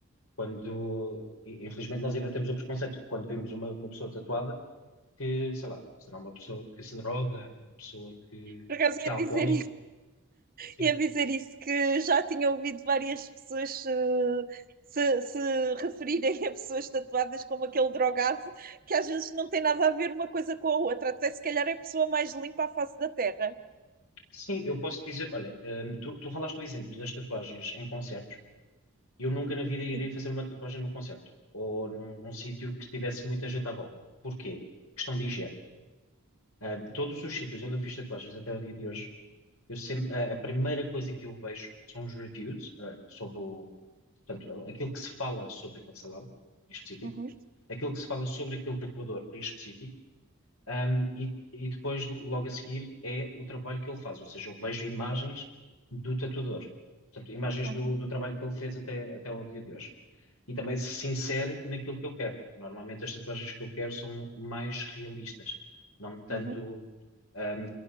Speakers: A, on the left; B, on the right.
A: Quando, i- infelizmente, nós ainda temos o preconceito que quando vimos uma, uma pessoa tatuada, que, sei lá, será uma pessoa que se droga, uma pessoa que,
B: Por acaso
A: que
B: ia
A: é alcoólica.
B: dizer
A: Sim.
B: e a dizer isso, que já tinha ouvido várias pessoas eh, se, se referirem a pessoas tatuadas como aquele drogado, que às vezes não tem nada a ver uma coisa com a outra, até se calhar é a pessoa mais limpa à face da Terra.
A: Sim, eu posso dizer, olha, hum, tu, tu falaste do exemplo das tatuagens em concertos. Eu nunca na vida iria
B: Sim.
A: fazer uma tatuagem num concerto ou num, num sítio que tivesse muita gente à volta. Porquê? Questão de higiene. Ah, todos os sítios onde eu fiz tatuagens até o dia de hoje Eu sempre, a, a primeira coisa que eu vejo são os reviews, eh, sobre o, portanto, aquilo que se fala sobre aquele salão em específico,
B: Uhum,
A: aquilo que se fala sobre aquele tatuador em específico, ahm, e, e depois, logo a seguir, é o trabalho que ele faz, ou seja, eu vejo imagens do tatuador, portanto, imagens
B: uhum,
A: do, do trabalho que ele fez até, até ao dia de hoje. E também se insere naquilo que eu quero. Normalmente as tatuagens que eu quero são mais realistas, não tanto,
B: uhum,
A: ahm,